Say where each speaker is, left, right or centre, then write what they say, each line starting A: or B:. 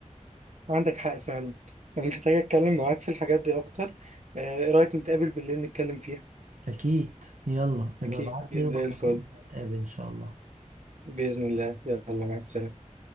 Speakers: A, on the right; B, on the right.
A: عندك حق فعلا انا محتاج اتكلم معاك في الحاجات دي اكتر آه، ايه رايك نتقابل بالليل نتكلم فيها
B: اكيد يلا يبقى
A: اكيد
B: ابعت لي
A: زي
B: وهنتقابل
A: الفل
B: ان شاء الله
A: باذن الله يلا مع السلامه